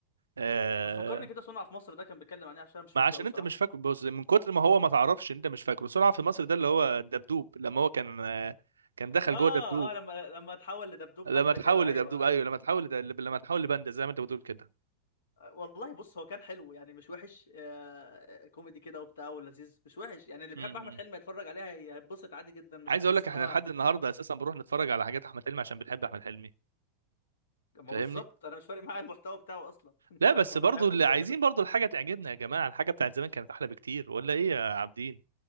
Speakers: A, on the right; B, on the left.
A: آه،
B: ما تفكرني كده صنع في مصر ده كان بيتكلم عن ايه عشان أنا مش
A: ما
B: فاكره
A: عشان
B: قوي صراحه
A: انت مش فاكره بص من كتر ما هو ما تعرفش انت مش فاكره صنع في مصر ده اللي هو دبدوب لما هو كان آه، كان دخل
B: اه
A: جوه دبدوب
B: اه لما لما اتحول لدبدوب
A: لما
B: باندا
A: تحول
B: كده
A: لدبدوب
B: ايوه
A: ايوه
B: ايوه
A: لما تحول لد- لما تحول لباندا زي ما انت بتقول كده
B: آه، والله بص هو كان حلو يعني مش وحش آه آه، كوميدي كده وبتاع ولذيذ مش وحش يعني اللي
A: م-
B: بيحب احمد
A: م.
B: حلمي يتفرج عليها هيتبسط عادي جدا مش
A: عايز
B: هيحس
A: اقول لك
B: ان
A: احنا
B: هو
A: لحد النهارده اساسا بنروح نتفرج على حاجات احمد حلمي عشان بنحب احمد حلمي
B: ما
A: فاهمني
B: بالظبط انا مش فارق معايا المحتوى بتاعه اصلا <laughs>
A: لا
B: فاهم
A: بس
B: وانا
A: برضو
B: بحبه
A: اللي
B: كده
A: عايزين
B: كده
A: برضو الحاجة تعجبنا يا جماعة الحاجة بتاعت زمان كانت أحلى بكتير ولا إيه يا عابدين؟